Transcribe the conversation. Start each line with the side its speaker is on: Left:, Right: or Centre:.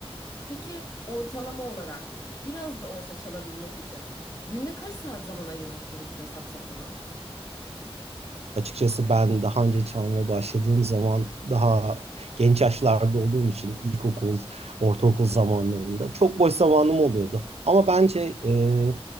Left: Peki ortalama olarak biraz da olsa çalabilmek için günde kaç saat zaman ayırmak gerekiyor saksafona?
Right: Açıkçası ben daha önce çalmaya başladığım zaman daha genç yaşlarda olduğum için ilkokul, ortaokul zamanlarında çok boş zamanım oluyordu. Ama bence e,